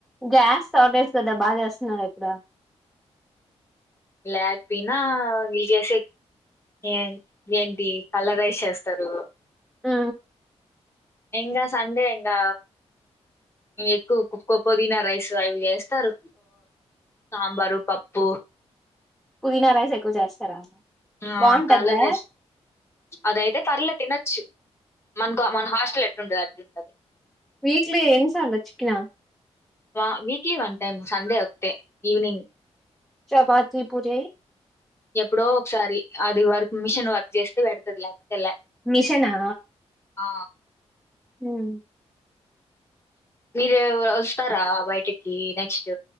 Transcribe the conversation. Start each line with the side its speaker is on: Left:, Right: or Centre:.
Centre: గ్యాస్ షార్టేజ్ కదా బాగా చేస్తున్నారు ఇప్పుడ
Left: లేకపోయినా ఇలు చేసే ఏ ఏంటి కలరైస్ చేస్తారు
Centre: ఆ
Left: ఇంకా సండే ఇంకా, ఎక్కువకో పొదీనా రైస్ అవి చేస్తారు సాంబారు పప్పు
Centre: పుదీనా రైస్ ఎక్కువ చేస్తారా
Left: ఆ
Centre: బాగుంటద్దా
Left: కలర్ రైస్ అదయితే పర్లే తినొచ్చు, మనకు మన హాస్టల్ ఎట్టుండంది అ టది
Centre: వీట్ల ఎన్సార్ లచ్చికనా
Left: వా వీక్లీ వన్ టైమ్ సండే ఒకటే ఈవినింగ్
Centre: చపాతి పూరి
Left: ఎప్పుడో ఒకసారి అది వర్క్ మిషన్ వర్క్ చేస్తే పెడతది లేకపోతే లే
Centre: మిషనా
Left: ఆ
Centre: హుమ్
Left: మీరేవ్వ వస్తారా బయటికి నెక్స్ట్